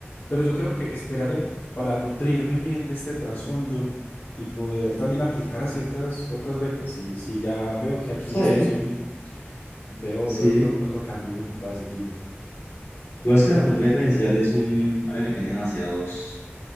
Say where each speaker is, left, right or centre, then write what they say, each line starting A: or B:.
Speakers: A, on the left; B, on the left.
A: Pero yo creo que esperaré para nutrirme bien de este trasfondo y poder también aplicar a ciertas otras becas. Si, si ya veo que
B: Está
A: aquí no es
B: bien,
A: posible, veo,
B: sí.
A: veo otro, otro camino que pueda seguir.
B: Igual
A: Es
B: es
A: un
B: que
A: tema
B: la geometría
A: complicado.
B: diferencial es un área que tiene demasiados,